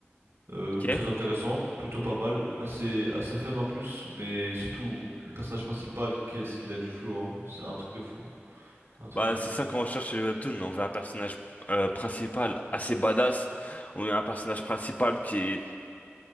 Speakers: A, on the right (about 75°); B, on the left (about 35°).
A: Euh,
B: ok?
A: très intéressant, plutôt pas mal, assez, assez fun en plus, mais surtout le personnage principal, qu'est-ce qu'il a du flow, hein. C'est un truc de fou, un truc
B: Bah,
A: de fou,
B: c'est
A: un
B: ça
A: truc
B: qu'on
A: de fou.
B: recherche chez les webtoons. On veut un personnage euh, principal assez badass. On veut un personnage principal qui est,